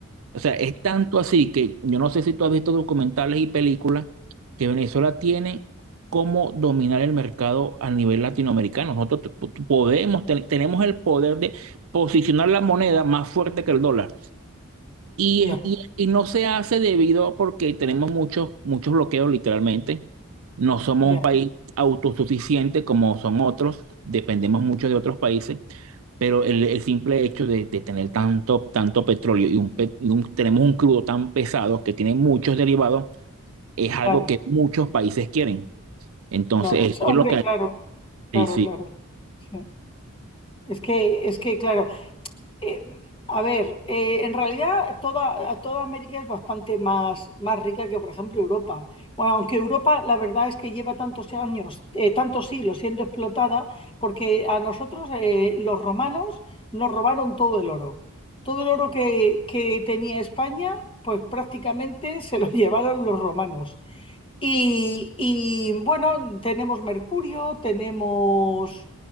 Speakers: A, on the right; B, on the left.
A: O sea, es tanto así que yo no sé si tú has visto documentales y películas que Venezuela tiene cómo dominar el mercado a nivel latinoamericano. Nosotros te- po- podemos, te- tenemos el poder de posicionar la moneda más fuerte que el dólar. Y,
B: Ya,
A: y- y no se hace debido porque tenemos muchos, muchos bloqueos literalmente. No somos
B: ya,
A: un país autosuficiente como son otros, dependemos mucho de otros países, pero el, el simple hecho de, de tener tanto, tanto petróleo y, un, pe- y un- tenemos un crudo tan pesado que tiene muchos derivados es algo
B: claro,
A: que muchos países quieren. Entonces,
B: claro. Sí,
A: eso
B: hombre,
A: es lo que... hay.
B: claro, claro,
A: Sí,
B: claro. Sí. Es que, es que, claro, eh, a ver, eh, en realidad toda, a toda América es bastante más, más rica que, por ejemplo, Europa. Bueno, aunque Europa, la verdad es que lleva tantos años, eh, tantos siglos siendo explotada, porque a nosotros, eh, los romanos, nos robaron todo el oro. Todo el oro que, que tenía España, pues prácticamente se lo <laughs> llevaron los romanos. Y, y, bueno, tenemos mercurio, tenemos,